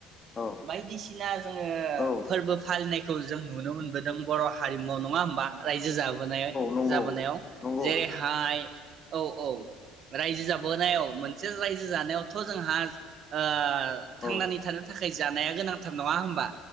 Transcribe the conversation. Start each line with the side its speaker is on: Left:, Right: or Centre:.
Left: औ
Right: बायदिसि ना जोङो
Left: औ
Right: फोर्बो फालिनायखौ जों नुनो मोनबोदों बर' हारिमुआव नङा होमबा रायजो जाबोनाय
Left: नंगौ
Right: जाबोनायाव
Left: नंगौ नंगौ
Right: जेरैहाय औ औ। रायजो जाबोनायाव मोनसे रायजो जानायावथ जोंहा ओ
Left: औ
Right: थांनानै
Left: ओ औ
Right: थानो थाखाय जानाया गोनांथार नङा होमबा